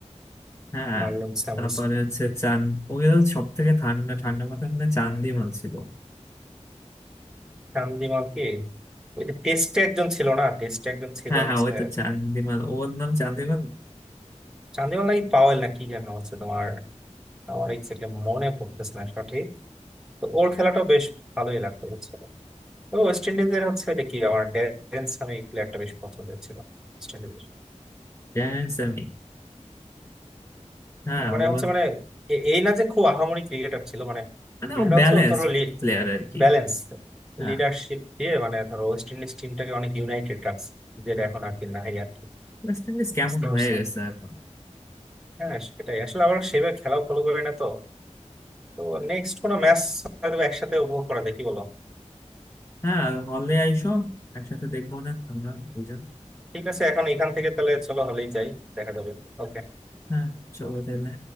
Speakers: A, on the left (about 25°); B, in the centre.
A: হ্যাঁ
B: মার্লন স্যামুয়েলস
A: তারপরে হচ্ছে চান ওই সব থেকে ঠান্ডা ঠান্ডা মাথায় মানে চান্দিমাল ছিল
B: চান্দিমাল কি ওই যে টেস্টে একজন ছিল না টেস্টে একজন ছিল
A: হ্যাঁ হ্যাঁ
B: হচ্ছে
A: ওই তো চান্দিমাল ওর নাম চান্দিমাল
B: চান্দিমাল নাকি পাওয়েল না কি যেন হচ্ছে তোমার আমার এক্স্যাক্টলি মনে পড়তেছে না সঠিক তো ওর খেলাটাও বেশ ভালোই লাগতো বুঝছো তো ওয়েস্ট ইন্ডিজের হচ্ছে এটা কি আমার ড্যারেন সামি প্লেয়ারটা বেশ পছন্দের ছিল ওয়েস্ট ইন্ডিজের
A: জানেন আমি হ্যাঁ
B: মানে
A: ও
B: হচ্ছে মানে এ- এই না যে খুব আহামরি ক্রিকেটার ছিল মানে
A: মানে
B: বিষয়টা
A: ও ব্যালেন্স
B: হচ্ছে ওর ধরো লিড
A: প্লেয়ার আর কি
B: ব্যালেন্স
A: হ্যাঁ
B: লিডারশিপ দিয়ে মানে ধরো ওয়েস্ট ইন্ডিজ টিমটাকে অনেক ইউনাইটেড রাখছে যেটা এখন আর কি নাই আর কি
A: ওয়েস্ট ইন্ডিজ কেমন
B: বুঝতে পারছো
A: হয়ে গেছে এখন
B: হ্যাঁ সেটাই আসলে আবার সেভাবে খেলাও ফলো করি না তো তো নেক্সট কোনো ম্যাচ হয়তো একসাথে উপভোগ করা দেখি বলো
A: হ্যাঁ হলে আইসো একসাথে দেখবো না আমরা দুজন
B: ঠিক আছে এখন এখান থেকে তাহলে চলো হলেই যাই দেখা যাবে ওকে
A: হ্যাঁ চলো তাহলে